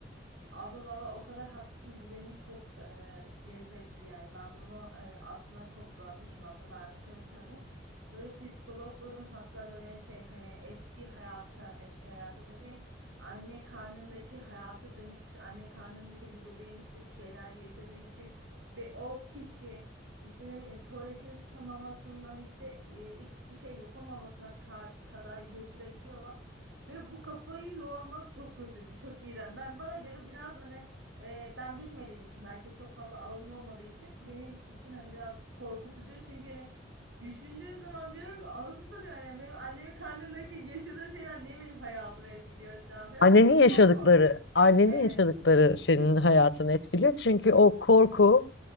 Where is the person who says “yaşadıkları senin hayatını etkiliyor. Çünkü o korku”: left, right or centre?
Left